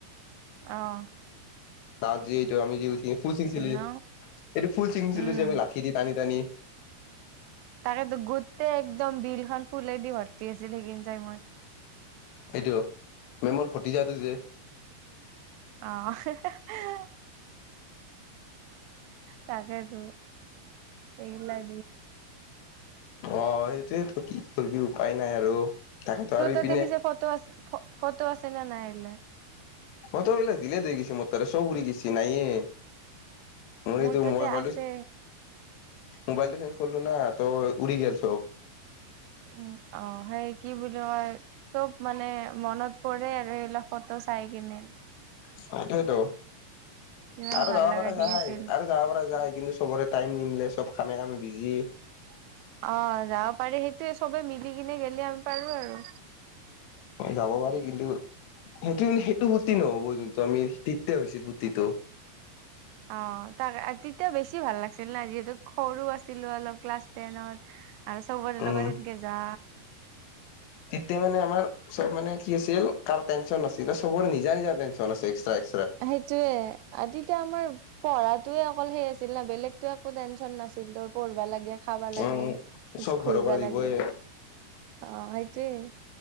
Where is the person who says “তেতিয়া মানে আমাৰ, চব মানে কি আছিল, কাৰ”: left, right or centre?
Left